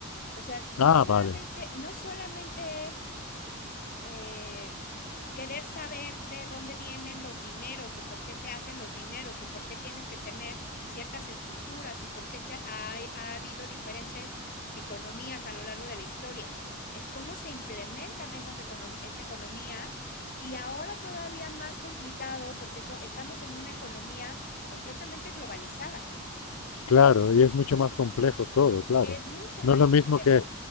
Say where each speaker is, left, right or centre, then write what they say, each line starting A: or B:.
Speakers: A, on the left; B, on the left.
A: O sea, no
B: ah,
A: solamente,
B: vale.
A: no solamente es eh, querer saber de dónde vienen los dineros y por qué se hacen los dineros y por qué tienes que tener ciertas estructuras y por qué se ha, ha habido diferentes economías a lo largo de la historia. Es cómo se implementan esas econom esa economía y ahora todavía más complicado porque so estamos en una economía completamente globalizada.
B: Claro, y es mucho más complejo todo, claro.
A: Es mucho
B: No
A: más
B: es lo
A: complejo.
B: mismo que,